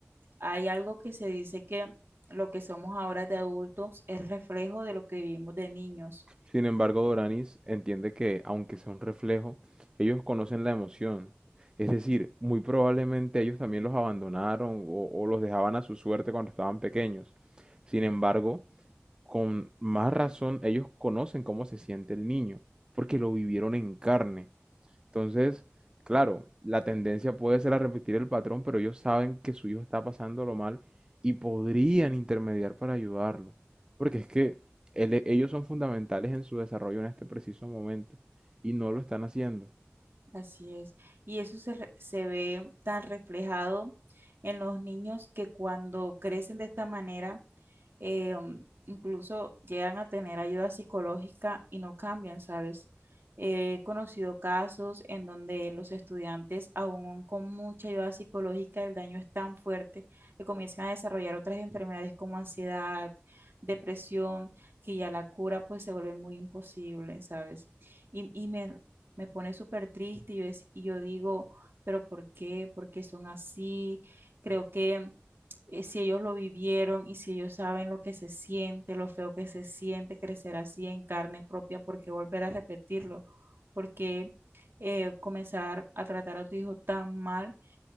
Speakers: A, on the right; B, on the right.
A: Hay algo que se dice que lo que somos ahora de adultos es reflejo de lo que vivimos de niños.
B: Sin embargo, Doranis entiende que, aunque sea un reflejo, ellos conocen la emoción. Es decir, muy probablemente ellos también los abandonaron o, o los dejaban a su suerte cuando estaban pequeños. Sin embargo, con más razón, ellos conocen cómo se siente el niño, porque lo vivieron en carne. Entonces, claro, la tendencia puede ser a repetir el patrón, pero ellos saben que su hijo está pasándolo mal y podrían intermediar para ayudarlo. Porque es que ele- ellos son fundamentales en su desarrollo en este preciso momento y no lo están haciendo.
A: Así es. Y eso se, re- se ve tan reflejado en los niños que cuando crecen de esta manera, eh, um, incluso llegan a tener ayuda psicológica y no cambian, ¿sabes? Eh, He conocido casos en donde los estudiantes, aún con mucha ayuda psicológica, el daño es tan fuerte que comienzan a desarrollar otras enfermedades como ansiedad, depresión, que ya la cura pues se vuelve muy imposible, ¿sabes? Y, y me, me pone súper triste y yo, es- y yo digo, pero ¿por qué? ¿Por qué son así? Creo que eh, si ellos lo vivieron y si ellos saben lo que se siente, lo feo que se siente crecer así en carne propia, ¿por qué volver a repetirlo? ¿Por qué eh, comenzar a tratar a tu hijo tan mal